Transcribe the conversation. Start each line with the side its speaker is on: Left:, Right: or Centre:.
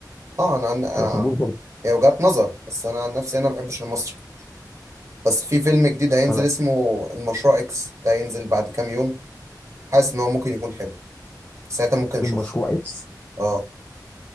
Right: اه أنا عن عن-
Left: انا بحبوش برضه
Right: هي وجهات نظر بس أنا عن نفسي أنا ما بحبش المصري بس في فيلم جديد هينزل
Left: انا
Right: اسمه المشروع إكس ده هينزل بعد كام يوم حاسس إن هو ممكن يكون حلو ساعتها ممكن أشوفه
Left: فين مشروع اكس
Right: اه